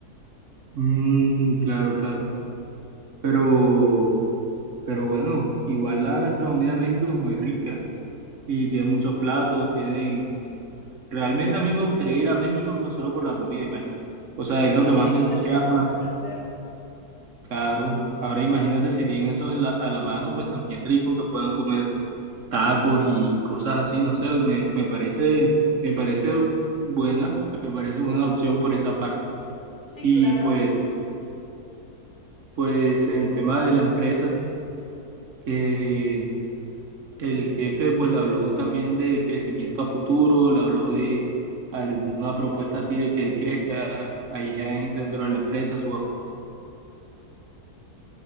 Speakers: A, on the right; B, on the left.
A: Mm, claro, claro. Pero, pero bueno, igual la gastronomía de México es muy rica y tiene muchos platos, tienen... Realmente a mí me gustaría ir a México solo por la comida, imagínate. O sea,
B: Sí, no,
A: es lo que más
B: y ahí
A: me
B: lo
A: entusiasma.
B: tendríamos súper cerca.
A: Claro, ahora imagínate si tienen eso en la, a la mano, pues también rico que puedan comer tacos y, y cosas así, no sé, me, me parece, me parece buena, me parece buena opción por esa parte.
B: Sí,
A: Y
B: claro.
A: pues, pues en el tema de la empresa, eh, el jefe pues le habló también de crecimiento a futuro, le habló de alguna propuesta así de que él crezca allá en- dentro de la empresa, su